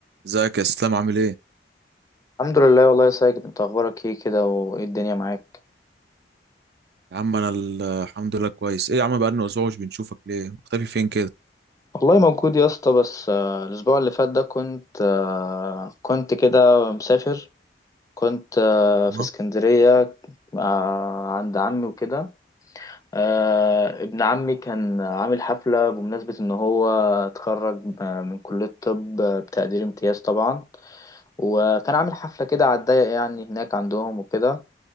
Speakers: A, on the right; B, on the left.
A: ازيك يا اسلام عامل ايه
B: الحمد لله والله يا ساجد انت اخبارك ايه كده وايه الدنيا معاك
A: يا عم انا ال- الحمد لله كويس ايه يا عم بقالنا اسبوع مش بنشوفك ليه مختفي فين كده
B: والله موجود يا اسطى بس آه، الاسبوع اللي فات ده كنت آه، كنت كده مسافر كنت آه،
A: تمام
B: في اسكندرية آه، عند عمي وكده آه، ابن عمي كان عامل حفلة بمناسبة ان هو اتخرج آه، من كلية طب آه، بتقدير امتياز طبعا وكان عامل حفلة كده على الضيق يعني هناك عندهم وكده